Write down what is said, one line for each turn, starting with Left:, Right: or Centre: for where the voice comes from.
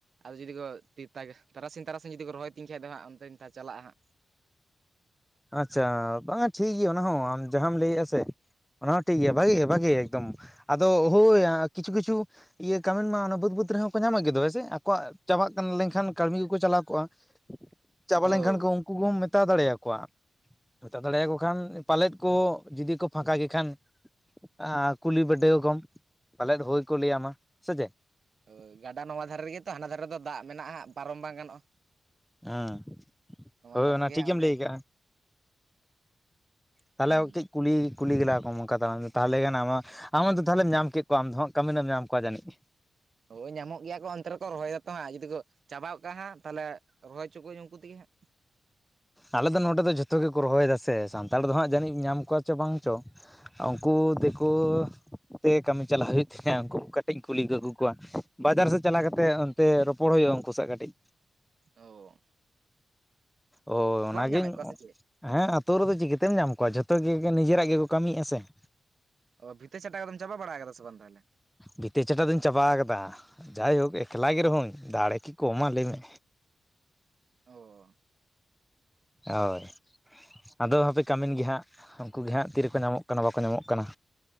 Right: ᱟᱨ ᱡᱩᱫᱤ ᱠᱚ <unintelligible> ᱛᱟᱜᱮ ᱛᱟᱨᱟᱥᱤᱧ ᱛᱟᱨᱟᱥᱤᱧ ᱡᱩᱫᱤ ᱠᱚ ᱨᱚᱦᱚᱭ ᱛᱤᱧ ᱠᱷᱟᱡ ᱫᱚ ᱦᱟᱸᱜ, ᱚᱱᱛᱮᱧ ᱪᱟᱞᱟᱜᱼᱟ ᱦᱟᱸᱜ᱾
Centre: ᱟᱪᱪᱷᱟ ᱵᱟᱝᱟ ᱴᱷᱤᱠ ᱜᱮᱭᱟ ᱚᱱᱟ ᱦᱚᱸ, ᱟᱢ ᱡᱟᱦᱟᱸᱢ ᱞᱟᱹᱭᱮᱜ-ᱟ ᱥᱮ, ᱚᱱᱟ ᱦᱚᱸ ᱴᱷᱤᱠ ᱜᱮᱭᱟ, ᱵᱷᱟᱹᱜᱤ ᱜᱮ ᱵᱷᱟᱹᱜᱤ ᱜᱮ ᱮᱠᱫᱚᱢ ᱟᱫᱚ ᱦᱳᱭ ᱠᱤᱪᱷᱩ ᱠᱤᱪᱷᱩ ᱤᱭᱟᱹ ᱠᱟᱹᱢᱤᱱ ᱢᱟ ᱚᱱᱟ ᱵᱟᱹᱫᱽ ᱵᱟᱹᱫᱽ ᱨᱮᱦᱚᱸ ᱠᱚ ᱧᱟᱢᱚᱜ ᱜᱮᱫᱚ ᱦᱮᱸ ᱥᱮ? ᱟᱠᱚᱣᱟᱜ ᱪᱟᱵᱟᱜ ᱠᱟᱱ, ᱞᱮᱝᱠᱷᱟᱱ ᱠᱟᱲᱢᱤ ᱜᱮᱠᱚ ᱪᱟᱞᱟᱣ ᱠᱚᱜ-ᱟ ᱾ ᱪᱟᱵᱟ
Right: ᱦᱳᱭ
Centre: ᱞᱮᱱᱠᱷᱟᱱ ᱠᱚ, ᱩᱱᱠᱩ ᱠᱚᱢ ᱢᱮᱛᱟ ᱫᱟᱲᱮᱭᱟᱠᱚᱣᱟ᱾ ᱦᱟᱛᱟᱣ ᱫᱟᱲᱮᱭᱟᱠᱚ ᱠᱷᱟᱱ ᱯᱟᱞᱮᱫ ᱠᱚ ᱡᱩᱫᱤ ᱠᱚ ᱯᱷᱟᱸᱠᱟ ᱜᱮ ᱠᱷᱟᱱ, ᱟᱻ ᱠᱩᱞᱤ ᱵᱤᱰᱟᱹᱣ ᱠᱚᱢ ᱯᱟᱞᱮᱫ ᱦᱳᱭ ᱠᱚ ᱞᱟᱹᱭᱟᱢᱟ ᱥᱮ ᱪᱮᱫ᱾
Right: ᱦᱳᱭ ᱜᱟᱰᱟ ᱱᱚᱣᱟ ᱫᱷᱟᱨᱮ ᱨᱮᱜᱮ ᱛᱚ ᱦᱟᱱᱟ ᱫᱷᱟᱨᱮ ᱨᱮᱫᱚ ᱫᱟᱜ ᱢᱮᱱᱟᱜᱼᱟ ᱦᱟᱸᱜ ᱯᱟᱨᱚᱢ ᱵᱟᱝ ᱜᱟᱱᱚᱜᱼᱟ ᱾
Centre: ᱦᱮᱸ <unintelligible> ᱦᱳᱭ
Right: ᱫᱷᱟᱨᱮ
Centre: ᱚᱱᱟ
Right: ᱨᱮᱜᱮ
Centre: ᱴᱷᱤᱠᱮᱢ
Right: ᱦᱟᱸᱜ ᱚᱸᱰᱮ
Centre: ᱞᱟᱹᱭ ᱠᱟᱜᱼᱟ᱾ ᱛᱟᱦᱚᱞᱮ
Right: ᱦᱩᱸ
Centre: <unintelligible> ᱠᱩᱞᱤ ᱠᱩᱞᱤ ᱜᱮᱞᱟ ᱠᱚᱢ ᱱᱚᱝᱠᱟ ᱫᱟᱬᱟᱱ <inaudible> ᱛᱟᱦᱚᱞᱮ ᱠᱷᱟᱱ ᱟᱢᱟᱜ ᱟᱢ ᱟᱫᱚ ᱛᱟᱦᱚᱸᱞᱮ ᱧᱟᱢ ᱠᱮᱫ ᱠᱚᱣᱟ ᱟᱢ ᱫᱚ ᱦᱟᱸᱜ ᱠᱟᱹᱢᱤ ᱱᱮᱢ ᱧᱟᱢ ᱠᱚᱣᱟ ᱡᱟᱹᱱᱤᱡᱽ᱾
Right: ᱦᱳᱭ ᱧᱟᱢᱚᱜ ᱜᱮᱭᱟ ᱠᱚ ᱚᱱᱛᱮ ᱨᱮᱠᱚ ᱨᱚᱦᱚᱭᱮᱫᱟ ᱛᱚ ᱦᱟᱸᱜ ᱡᱩᱫᱤ ᱠᱚ ᱪᱟᱵᱟ ᱜᱚᱫ ᱠᱟᱜ ᱦᱟᱸᱜ, ᱛᱟᱦᱚᱞᱮ ᱨᱚᱦᱚᱭ ᱦᱚᱪᱚ ᱠᱩᱣᱟᱹᱧ ᱩᱝᱠᱩ ᱛᱮᱜᱮ ᱦᱟᱸᱜ ᱾
Centre: ᱟᱞᱮ ᱫᱚ ᱱᱚᱸᱰᱮ ᱫᱚ ᱡᱷᱚᱛᱚ ᱜᱮᱠᱚ ᱨᱚᱦᱚᱭ ᱮᱫᱟ ᱥᱮ, ᱥᱟᱱᱛᱟᱞ ᱠᱚᱫᱚ ᱦᱟᱸᱜ ᱡᱟᱹᱱᱤᱡ ᱧᱟᱢ ᱠᱚᱣᱟ ᱪᱚ ᱵᱟᱝ ᱪᱚ᱾ ᱩᱝᱠᱩ ᱫᱤᱠᱩ ᱛᱮ ᱜᱮ ᱠᱟᱹᱢᱤ ᱪᱟᱞᱟᱜ ᱦᱩᱭᱩᱜ ᱦᱮᱸ ᱩᱱᱠᱩ ᱠᱟᱹᱴᱤᱡ ᱤᱧ ᱠᱩᱞᱤ ᱜᱟᱜᱩ ᱠᱚᱣᱟ, ᱵᱟᱡᱟᱨ ᱥᱮᱫ ᱪᱟᱞᱟᱣ ᱠᱟᱛᱮ ᱚᱱᱛᱮ ᱨᱚᱯᱚᱲ ᱦᱳᱭᱳᱜ-ᱟ ᱩᱱᱠᱩ ᱥᱟᱜ ᱠᱟᱹᱴᱤᱡ᱾
Right: ᱳ,
Centre: ᱦᱳᱭ ᱚᱱᱟ ᱜᱤᱧ
Right: ᱧᱟᱢᱮᱫ ᱠᱚᱣᱟ ᱥᱮ ᱪᱮᱫ
Centre: ᱦᱮᱸ ᱟᱹᱛᱩ ᱨᱮᱫᱚ ᱪᱤᱠᱟᱹᱛᱮᱢ ᱧᱟᱢ ᱠᱚᱣᱟ ᱾ ᱡᱷᱚᱛᱚ ᱜᱮ ᱱᱤᱡᱮᱨᱟᱜ ᱜᱮᱠᱚ ᱠᱟᱹᱢᱤᱭᱮᱜᱼᱟ ᱥᱮ ᱾
Right: ᱳ ᱵᱷᱤᱛᱟᱹ ᱪᱟᱴᱟ ᱠᱚᱫᱚᱢ ᱪᱟᱵᱟ ᱵᱟᱲᱟ ᱟᱠᱟᱫᱟ ᱥᱮ ᱵᱟᱝ ᱛᱟᱦᱚᱞᱮ?
Centre: ᱵᱷᱤᱛᱟᱹ ᱪᱷᱟᱴᱟ ᱫᱩᱧ ᱪᱟᱵᱟ ᱟᱠᱟᱫᱟ ᱡᱟᱭᱦᱳᱠ ᱮᱠᱞᱟ ᱜᱮ ᱨᱮᱦᱚᱧ ᱫᱟᱲᱮ ᱠᱤ ᱠᱚᱢᱟ ᱞᱟᱹᱭ ᱢᱮ
Right: ᱳᱻ
Centre: ᱦᱳᱭ ᱟᱫᱚ ᱦᱟᱯᱮ ᱠᱟᱹᱢᱤᱱ ᱜᱮ ᱦᱟᱸᱜ ᱾ ᱩᱱᱠᱩ ᱜᱮ ᱦᱟᱸᱜ ᱛᱤᱨᱮᱠᱚ ᱧᱟᱢᱚᱜ ᱠᱟᱱᱟ ᱵᱟᱠᱚ ᱧᱟᱢᱚᱜ ᱠᱟᱱᱟ